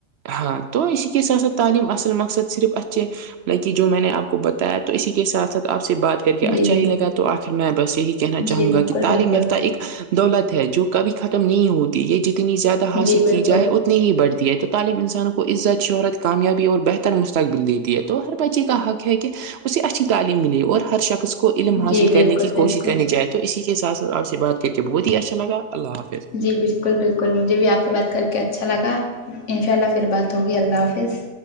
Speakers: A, on the right; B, on the left.
A: ہاں تو اسی کے ساتھ سھ تعلیم اصل مقصد صرف اچھے بکی جو میں نے آپ کو بتایا تو اسی کے ساتھ ساتھ آپ سے بات پھر کہ اچھا
B: جی جی
A: ہی لگا تو آخر میں بس یہی کہنا چاہوں
B: جی
A: گا
B: بالکل
A: کہ تعلیم
B: بالکل
A: یافتہ ایک دولت ہے جو کبھی ختم نہیں ہوتی یہ جتنی زیادہ حاصل
B: جی بالکل
A: کی جائے اتنی ہی بڑھتی ہے تو طالم انسان کو عزت شہرت کامیابی اور بہتر مستقبل دیتی ہے تو ہر بچے کا حق ہے کہ اسے اچھی تعلیم ملی اور ہر شخص کو علم حاصل
B: جی بالکل
A: کرنے کی
B: بالکل
A: کوشش کرنے جائے تو اسی کے سات ساتھ آ سے بات کر کے بہت ہی اچھا لگا اللہ حافظ
B: جی بالکل بالکل مجھے بھی آپ سے بات کر کے اچھا لگا انشاء اللہ پھر بات ہوگی اللہ حافظ